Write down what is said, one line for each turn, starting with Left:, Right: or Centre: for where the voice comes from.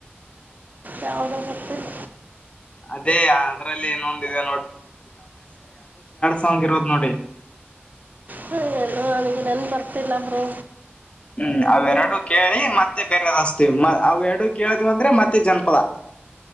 Right: ಯಾವ್ದು ಗೊತ್ತಿಲ್ಲ
Left: ಅದೇ ಅದ್ರಲ್ಲಿ ಇನ್ನೊಂದಿದೆ ಸಾಂಗರೋದ ನೋಡಿ
Right: ಹ ಎಲ್ಲೂ ನನಗೆ ನೆನಪು ಬರ್ತಿಲ್ಲ ಬ್ರೋ
Left: ಹೂ ಅವೆರಡು ಕೇಳಿ ಮತ್ತೆ ಬೇರೆದಸ್ತೀವಿ ಅವ ಎರಡು ಕೇಳಿದ್ ಅಂದ್ರೆ ಮತ್ತೆ ಜನಪದ ಹ